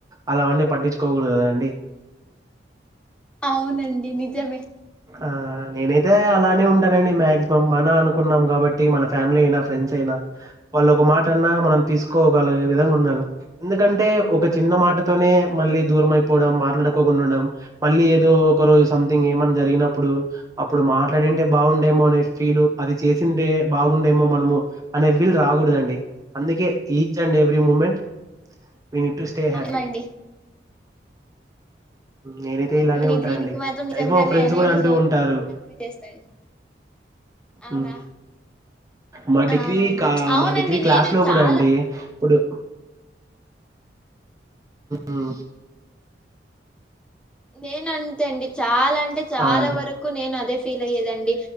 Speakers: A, on the right; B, in the centre.
A: అలావన్నీ పట్టించుకోకూడదు కదాండి
B: అవునండి నిజమే
A: ఆ నేనైతే అలానే ఉంటానండి మాక్సిమం మన అనుకున్నాము కాబట్టి మన ఫ్యామిలీ అయినా ఫ్రెండ్స్ అయినా వాళ్ళు ఒక మాట అన్నా మనం తీసుకోగలిగే విధంగా ఉండాలి ఎందుకంటే ఒక చిన్న మాటతోనే మళ్ళీ దూరం అయిపోవడం మాట్లాడుకోకుండడం మళ్ళీ ఏదో ఒక రోజు సంథింగ్ ఏమ జరిగినప్పుడు అప్పుడు మాట్లాడింటే బాగుండేమో అనే ఫీల్ అది చే అంటే బాగుండేమో మనమో అనే వీలుు రాకూడదండి అందుకే ఈచ్ అండ్ ఎవ్రీ మూమెంట్ ఇను టు స్టే హ్యాపీ
B: అవునండి
A: నేనైతే
B: ఓ
A: ఇలానే
B: నేను
A: ఉంటా
B: దీనికి మాత్రం నిజంగానే
A: రైమ ఫ్రెండ్స్
B: నేను
A: కూడా అంటూ ఉంటారు
B: అగ్రి చేస్తాండి అవునా
A: ఉం మా డిగ్రీ
B: ఆ! అవునండి.
A: మా డిగ్రీ క్లాస్
B: నేను
A: లో
B: చాలా
A: కూడా అండి ఇప్పుడు ఉమ్,
B: నేను అంతే అండి చాల అంటే చాలా
A: ఆ అండి
B: వరకు నేను అదే ఫీల్ అయ్యేదండి